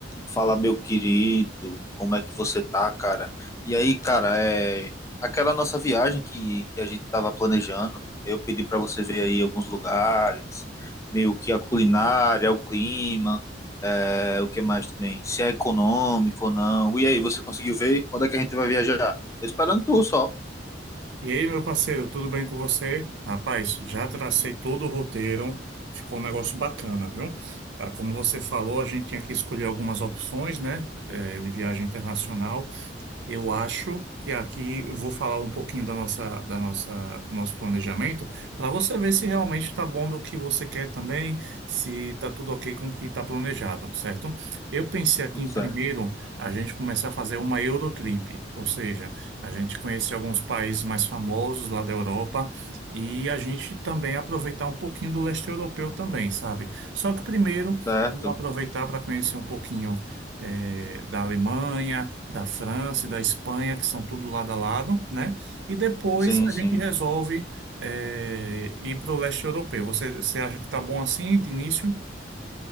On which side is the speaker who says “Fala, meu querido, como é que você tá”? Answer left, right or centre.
Left